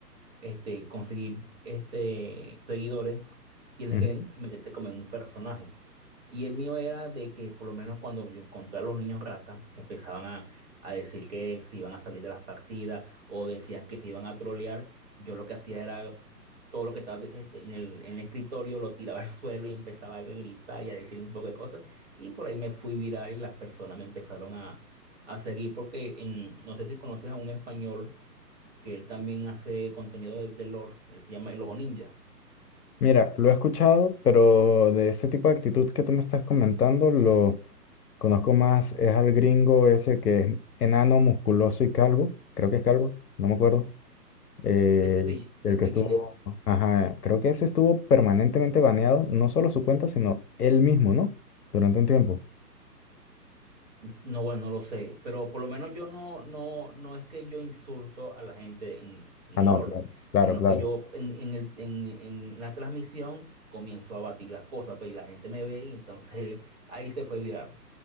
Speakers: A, on the right; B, on the left.
A: este, conseguir este, seguidores, tienes
B: ujú.
A: que meterte como en un personaje. Y el mío era de que por lo menos cuando yo encontré a los niños ratas, que empezaban a, a decir que se iban a salir de las partidas o decían que se iban a trolear, yo lo que hacía era todo lo que estaba este, en el, en el escritorio, lo tiraba <laughs> al suelo y empezaba a gritar y a decir un poco de cosas. Y por ahí me fui viral y las personas me empezaron a, a seguir porque en, no sé si conoces a un español que él también hace contenido de, de lore, él se llama El Ojo Ninja.
B: Mira, lo he escuchado, pero de ese tipo de actitud que tú me estás comentando, lo conozco más, es al gringo ese que es enano, musculoso y calvo, creo que es calvo, no me acuerdo. eh,
A: Sí, sí, sí,
B: el el
A: sé,
B: que
A: sé
B: estuvo,
A: quién es.
B: ajá, creo que ese estuvo permanentemente baneado, no solo su cuenta, sino él mismo, ¿no? Durante un tiempo.
A: No, bueno, no lo sé, pero por lo menos yo no, no, no es que yo insulto a la gente en, en
B: Ah,
A: el
B: no,
A: LOL,
B: claro, claro,
A: sino
B: claro.
A: que yo en, en el- en- en la transmisión comienzo a batir las cosas, pues, y la gente me ve y entonces <laughs> ahí se fue viral.